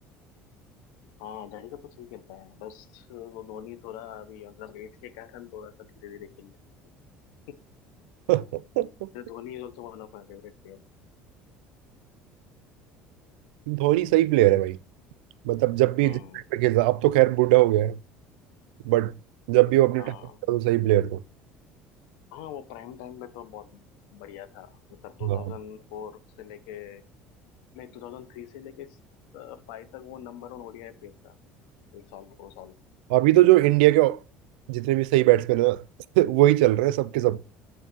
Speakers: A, on the left; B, on the right.
A: हाँ जडेजा तो सही खेलता है बस वो धोनी थोड़ा अभी मतलब एज के कारण थोड़ा सा धीरे धीरे खेल रहे हैं।
B: <laughs>
A: <laughs> तो Dhoni is also one of my favourite player
B: धोनी सही प्लेयर है भाई मतलब जब भी
A: Hmm
B: जिस टाइम पे खेलता अब तो खैर बूढ़ा हो गया है बट जब भी वो अपने
A: हाँ
B: टाइम पे था तो सही प्लेयर था
A: हाँ वो प्राइम टाइम पे तो बहुत बढ़िया था मतलब 2004
B: हाँ
A: से लेके नहीं 2003 से लेके फाइव तक वो नंबर वन ओडीआई प्लेयर था एक साल दो साल
B: अभी तो जो इंडिया के जितने भी सही बैट्समैन है <laughs> वही चल रहे हैं सबके सब